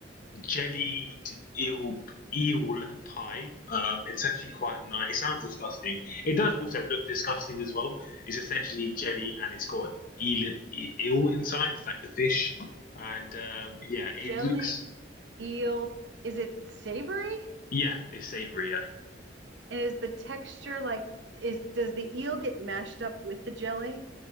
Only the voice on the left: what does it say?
jellied eel eel pie. Um it's actually quite nice. It sounds disgusting. It does also look disgusting as well. It's essentially jelly and it's got eel e- eel inside, like the fish. And um yeah, it
looks
yeah, it's savory. yeah.